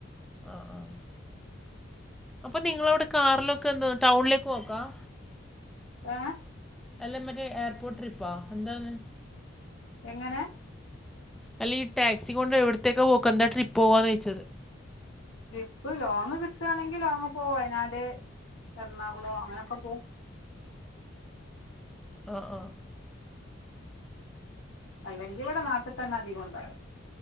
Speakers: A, in the centre; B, on the left.
A: ആഹ് ആഹ് അപ്പൊ നിങ്ങളവിടെ കാറിലൊക്കെ എന്ത്ടൗണിലേക്ക് ഓക്കാം
B: ഏഹ്
A: അല്ല മറ്റേ എയർപോർട്ട് ട്രിപ്പാ എന്താന്ന്?
B: എങ്ങനെ?
A: അല്ല ഈ ടാക്സി കൊണ്ട് എവിടത്തേക്കാ പോക്ക് എന്താ ട്രിപ്പ് പോവാനയിച്ചത്?
B: ടിപ്പ് ലോങ് കിട്ടുകയാണെങ്കിൽ ടിപ പ്ലോങ്ങ് പോവും വയനാട് എറണാകുളം അങ്ങനൊക്കെ പോകവും.
A: ആഹ് ആഹ്
B: അല്ലെങ്കിൽ ഇവിടെ നാട്ടിൽ തന്നെ അധികണ്ടാവ